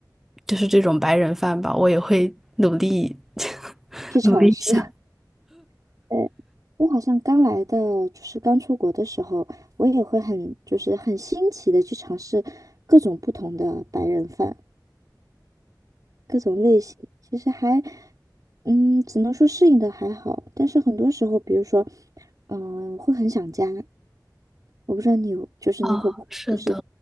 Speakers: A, in the centre; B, on the right (about 55°).
A: 就是这种白人饭吧，我也会努力 <laughs>
B: 去尝试。
A: 努力一下。
B: <laughs> 对，我好像刚来的，就是刚出国的时候，我也会很就是很新奇的去尝试各种不同的白人饭。各种类型，其实还，嗯，只能说适应的还好，但是很多时候，比如说，嗯、会很想家。我不知道你有，就是你会不会，
A: 哦，是的，
B: 就是